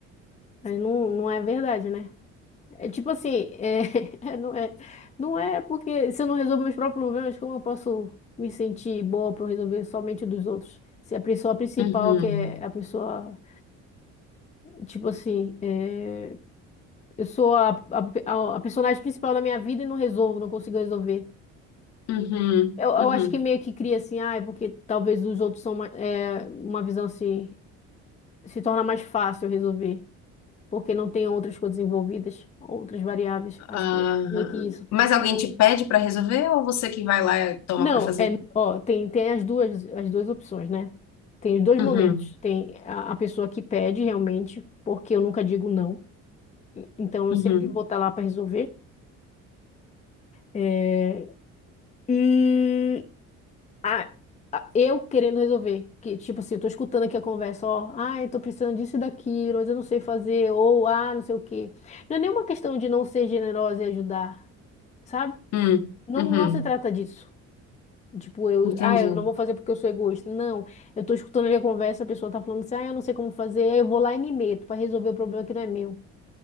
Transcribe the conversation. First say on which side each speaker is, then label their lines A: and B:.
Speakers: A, on the left; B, on the left.
A: Aí não, não é verdade, né? É tipo assim, é, <laughs> é, não é, não é porque se eu não resolver meus próprios problemas, como eu posso me sentir boa para resolver somente os dos outros? Se a pessoa principal,
B: Uhum.
A: que é a pessoa, tipo assim, é, eu sou a, a, a personagem principal da minha vida e não resolvo, não consigo resolver.
B: Uhum.
A: Eu, eu
B: Uhum.
A: acho que meio que cria assim, ah, é porque talvez os outros são uma é, uma visão assim, se torna mais fácil resolver, porque não tem outras coisas envolvidas, outras variáveis. Acho
B: Aham.
A: que meio que isso,
B: Mas
A: sabe?
B: alguém te pede para resolver ou você que vai lá e toma
A: Não,
B: para fazer?
A: é, ó, tem, tem as duas, as duas opções, né? Tem os dois
B: Uhum.
A: momentos. Tem a, a pessoa que pede realmente, porque eu nunca digo não. Então eu
B: Uhum.
A: sempre vou estar lá para resolver. É, e a- a- eu querendo resolver. Que, tipo assim, eu tô escutando aqui a conversa, ó, ah, eu tô precisando disso e daquilo, mas eu não sei fazer, ou ah, não sei o quê. Não é nenhuma questão de não ser generosa e ajudar, sabe?
B: Uhum.
A: Não,
B: Uhum.
A: não se trata disso. Tipo, eu,
B: Entendi,
A: ah, eu não vou fazer porque eu sou egoísta. Não, eu tô escutando ali a conversa, a pessoa tá falando assim, ah, eu não sei como fazer, aí eu vou lá e me meto pra resolver o problema que não é meu,